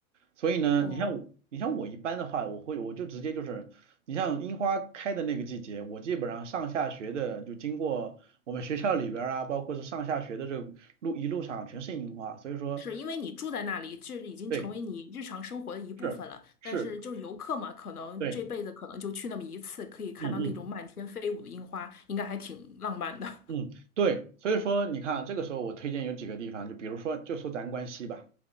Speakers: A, on the right (about 55°); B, on the left (about 85°).
A: 所以呢，
B: 哦，
A: 你像我，你像我一般的话，我会我就直接就是，你像樱花开的那个季节，我基本上上下学的就经过我们学校里边儿啊，包括是上下学的这个路一路上全是樱花，所以说
B: 是因为你住在那里，这已经成为你日常生活的一部分了。
A: 对是是，
B: 但是就是游客嘛，可能这辈子可能就去那么一次，
A: 对，
B: 可以看到那种满天飞舞的樱花，
A: 嗯嗯。
B: 应该还挺浪漫的。
A: 嗯，对，所以说你看啊，这个时候我推荐有几个地方，就比如说，就说咱关西吧，